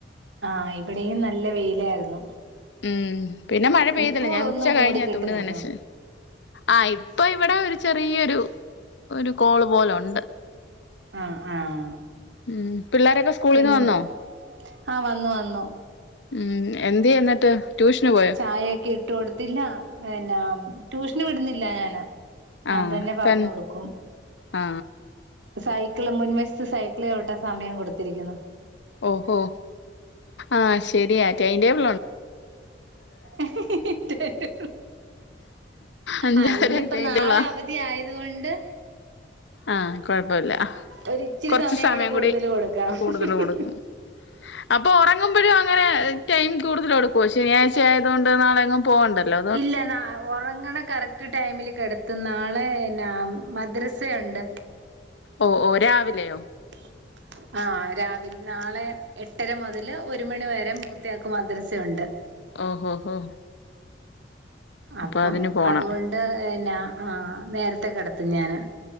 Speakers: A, on the right (about 85°); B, on the left (about 75°).
A: ആഹ ഇവിടെയും നല്ല വെയിലായിരുന്നു.
B: ഉം പിന്ന മഴ പെയ്തില്ല
A: ഇപ്പൊ
B: ഞാൻ
A: ഒന്ന്
B: ഉച്ച
A: മൂടിക്കെട്ടി
B: കഴിഞ്ഞാ തുണി
A: നിക്കണു
B: നനച്ച ആഹ ഇപ്പൊ ഇവിടെ ഒരു ചെറിയരു.. ഒരു കോള് പോലെ ഉണ്ട്.
A: ആ ആഹ
B: ഉം പിള്ളേരൊക്കെ സ്കൂളിൽന്ന്
A: പിന്നെ
B: വന്നോ
A: ആഹ വന്നു വന്നു.
B: ഉം എന്ത്യ എന്നിട്ട് ട്യൂഷന് പോയോ.
A: ആയെക്കെട്ട.. വിട്ട് കൊടുത്തില്ല പിന്ന ട്യൂഷന് വിടുന്നില്ല ഞാന്. ഞാൻ
B: ആ
A: തന്നെ പറഞ്ഞു
B: തൻ
A: കൊടുക്കും.
B: ആ
A: സൈക്കിള് മുൻവശത്ത് സൈക്കിള് ചവിട്ടാൻ സമയം കൊടുത്തിരിക്കുന്നു.
B: ഓഹോ ആഹ ശരിയാ ടൈൻ ടേബിൾ ഉണ്ടോ..
A: ഓയ് ഹി ഹി ഹി
B: അഞ്ചാരറ്റെ
A: അയിനിപ്പോ
B: അയിന്റെവളാ
A: നാളെ അവധി. ധി ആയതുകൊണ്ട്..
B: ആഹ കൊഴപ്പല്ല
A: ഒരിച്ചിരി
B: കുറച്ച സമയം
A: കൂടെ കൂടുതല്
B: കൂടി
A: കൊടുക്കാം
B: കൂടുതൽ കൊടുക്കും. അപ്പൊ ഉറങ്ങുമ്പോഴും അങ്ങനെ ടൈം കൂടുതലും കൊടുക്കുവോ ശനിയാഴ്ച ആയതുകൊണ്ട് നാളെങ്ങുമ്പ.. പോകണ്ടല്ലോ.
A: ഇല്ല നാ ഉറങ്ങണ കറക്.. റ്റ് ടൈമില് കിടത്തും നാളെന മദ്രസുണ്ട്.
B: ഓ ഓ രാവിലെയോ.
A: ട്ടി ഏർ. ആ രാവിലെ നാളെ എട്ടര മുതൽ ഒരു മണി വരെ മൂത്തയാക്കു മദ്രസ്യുണ്ട്.
B: ഓ ഹോ ഹോ
A: അപ്പം
B: അപ്പൊ അതിന് പോണം
A: അതുകൊണ്ട് ന്നാ ആഹ നേരത്തെ കിടത്തും ഞാന്.